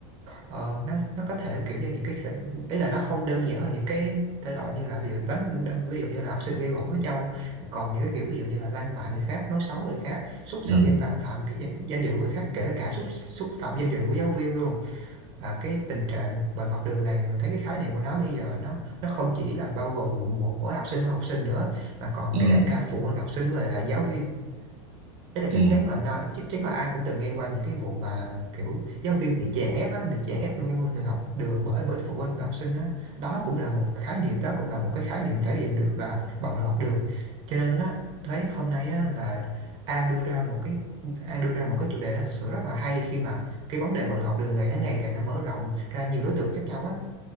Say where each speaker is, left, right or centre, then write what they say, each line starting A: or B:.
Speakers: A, on the right; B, on the right.
A: ờ, nó nó có thể kiểu như những cái thể ý là nó không đơn giản là những cái thể loại như là ví dụ đánh đánh- ví dụ như là học sinh gây gổ với nhau mà còn những cái kiểu ví dụ như là lăng mạ người khác nói xấu người khác xúc sự
B: ừ,
A: danh phạm phạm danh dự người khác kể cả xúc xúc phạm danh dự của giáo viên luôn và cái tình trạng bạo lực học đường này mình thấy cái khái niệm của nó bây giờ nó nó không chỉ là bao gồm mỗi, mỗi, mỗi học sinh hay học sinh nữa mà còn
B: ừ,
A: kể cả phụ huynh học sinh và là giáo viên Đấy là
B: ừ.
A: chắc chắn là nào chắc chắn là ai cũng từng nghe qua những cái vụ mà kiểu giáo viên bị chèn ép á, bị chèn ép trong cái môi trường học đường bởi bởi phụ huynh của học sinh á. Đó cũng là một khái niệm, đó cũng là một cái khái niệm thể hiện được là bạo lực học đường. Cho nên á, thấy hôm nay á là An đưa ra một cái An đưa ra một cái chủ đề nó thực sự rất là hay khi mà cái vấn đề bạo lực học đường này nó ngày càng nó mở rộng ra nhiều đối tượng khác nhau á.